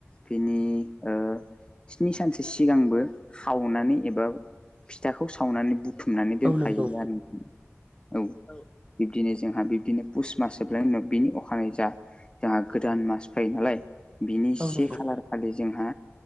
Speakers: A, on the left (about 20°); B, on the right (about 25°).
A: बिनि ओ स्नि सानसो सिगांबो खावनानै एबा फिथाखौ सावनानै बु थुमनानै दोनखायो
B: औ नंगौ
A: आरो‌ औ बिब्दिनो जोंहा बिब्दिनो पुस मास उनाव बिनि अखानायै जा जोंहा गोदान मास फायो नालाय बिनि
B: औ
A: से
B: नंगौ
A: खालार खालि जोंहा